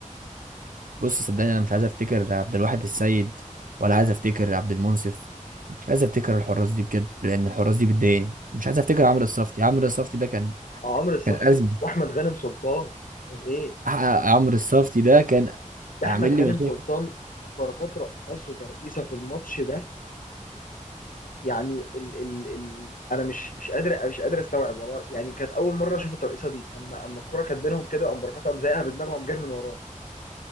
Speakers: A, on the right (about 80°); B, on the left (about 85°).
A: بص صدقني انا مش عايز افتكر عبد الواحد السيد ولا عايز افتكر عبد المنصف مش عايز افتكر الحراس دي بجد لان الحراس دي بتضايقني مش عايز افتكر عمرو الصفتي عمرو الصفتي ده كان
B: عمرو صفتي
A: كان ازمه
B: واحمد غانم سلطان يعني ايه
A: ع- عمرو الصفتي ده كان
B: ده
A: عامل
B: احمد غانم
A: لي مشاكل
B: سلطان بركات رقصه ترقيصه في الماتش ده يعني ال ال ال انا مش مش قادر مش قادر استوعب والله يعني كانت اول مره اشوف الترقيصه دي اما اما الكوره كانت بينهم كده قام بركات قام زايقها بدماغه وقام جاري من وراه